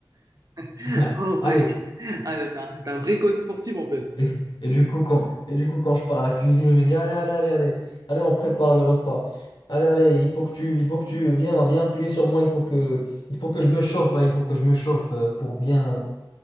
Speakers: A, on the right; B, on the left.
A: <laughs>
B: <laughs>
A: Oh my...
B: Allez.
A: Ah, là, t'es un, t'es un vrai coach sportif, en fait.
B: <laughs> Et, et du coup, quand, et du coup, quand je pars à la cuisine, il me dit, allez, allez, allez, allez, allez, on prépare le repas. Allez, allez, il faut que tu, il faut que tu viens, viens appuyer sur moi, il faut que, il faut que je me chauffe, là, il faut que je me chauffe euh, pour bien,